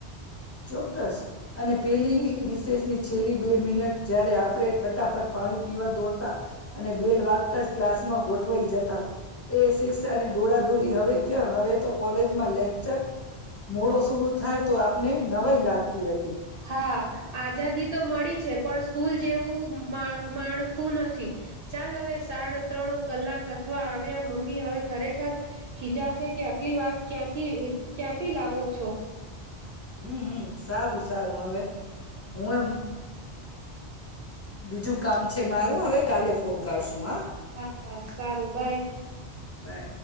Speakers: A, on the left; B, on the right.
A: ચોક્કસ. અને પેલી રિસેસ ની છેલ્લી બે મિનટ જયારે આપણે ફટાફટ પાણી પીવા દોડતા અને બેલ વાગતા જ ક્લાસમાં ગોઠવાઈ જતા એ શિક્ષ અને દોડા દોડી હવે ક્યાં હવે તો કોલેજમાં લેકચર મોડો શુરુ થાય તો આપ ને નવાઈ લાગતી હતી.
B: હા આઝાદી તો મળી છે. પણ સ્કૂલ જેવું માણખું નથી ચાલ હવે સાડા ત્રણ કલાક અથવા આવ્યા મમ્મી હવે ખરેખર ખીજાશે કે આટલી વાત ક્યાંથી ક્યાંથી લાવો છો.
A: હમ હમ, સારું સારું, હવે હું એમ બીજું કામ છે મારું હવે કાલે ફોન કરશું હા.
B: હા, હા સારું બાય.
A: બાય